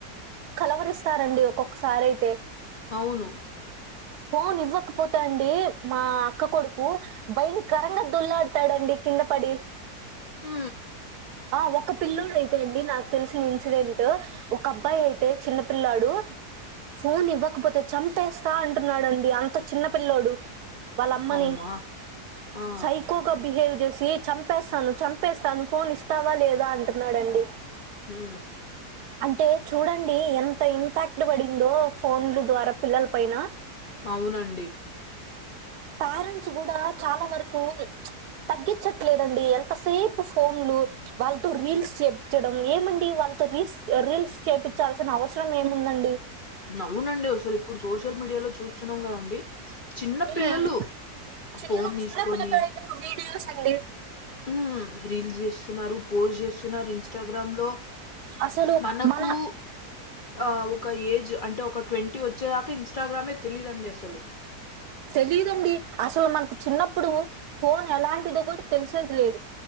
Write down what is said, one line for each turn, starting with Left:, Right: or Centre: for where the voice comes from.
Right: కలవరిస్తారండి ఒక్కొక్కసారయితే
Left: అవును
Right: ఫోన్ ఇవ్వకపోతే అండి మా అక్క కొడుకు భయం కరంగా దొల్లాడుతాడండి కింద పడి
Left: ఊ
Right: ఆ ఒక్క పిల్లుడు అయితే అండి నాకు తెలిసిన ఇన్సిడెంట్ ఒక అబ్బాయ్ అయితే చిన్న పిల్లాడు ఫోన్ ఇవ్వకపోతే చంపేస్తా అంటున్నాడండి అంత చిన్నపిల్లోడు వాళ్ళ అమ్మని
Left: హమ్మా! ఆ!
Right: సైకో కొ బిహేవ్ జేసీ చంపేస్సాను చంపేస్తాను ఫోన్ ఇస్తావా లేదా అంటున్నాడండి
Left: హూ
Right: అంటే చూడండి ఎంత ఇంపాక్ట్ బడిందో ఫోన్లు ద్వారా పిల్లల్ పైన
Left: అవునండి
Right: పారెంట్స్ గూడా చాలా వరకు తగ్గిచ్చట్లేదండి ఎంతసేపు ఫోన్లు వాళ్ తో రీల్స్ చేపిచ్చడం ఏమండి వాళ్ తో రీల్స్ రీల్స్ చేపించాల్సిన అవసరం ఏముందండి
Left: నవునండి అసలు ఇప్పుడు సోషల్ మీడియాలో చూస్సున్నాం గదండి చిన్న
Right: హ్మ్
Left: పిల్లలు
Right: చిన్న
Left: ఫోన్ దీసుకొని
Right: చిన్న పిల్లకాయలు వీడియోస్ అండి
Left: హ్మ్ రీల్స్ జేస్సున్నారు పోస్ట్ జేస్సున్నారు ఇన్స్టాగ్రామ్ లో
Right: అసలు
Left: మనకూ
Right: మన
Left: ఆ ఒక ఏజ్ అంటే ఒక ట్వంటీ వచ్చేదాకా ఇన్స్టాగ్రామే తెలీదండి అసలు
Right: తేలీదండి అసలు మనకు చిన్నప్పుడూ ఫోన్ ఎలాంటిదో కూడ తెలిసేది లేదు